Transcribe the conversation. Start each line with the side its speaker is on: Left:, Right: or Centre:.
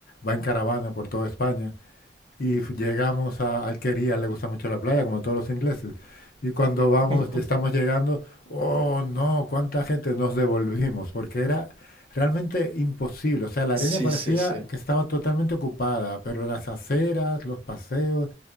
Left: va en caravana por toda España, y f- llegamos a Alquería, le gusta mucho la playa, como todos los ingleses. Y cuando vamos,
Right: <laughs>
Left: ya estamos llegando, oh no, cuánta gente nos devolvimos, porque era realmente imposible. O sea, la
Right: Sí,
Left: arena parecía
Right: sí, sí,
Left: que estaba totalmente ocupada, pero las aceras, los paseos,